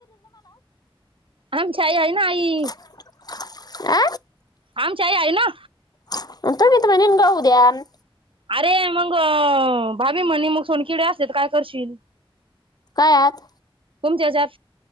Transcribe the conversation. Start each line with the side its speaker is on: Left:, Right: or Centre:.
Right: आमची आई आहे ना आई.
Left: आ.
Right: आमची आई आहे ना.
Left: तुम्ही तन म्हणेल उद्या आण.
Right: अरे मग भाभी म्हणे मग सोनकिडे असतील तर काय करशील?
Left: काय आत?
Right: तुमच्या जात.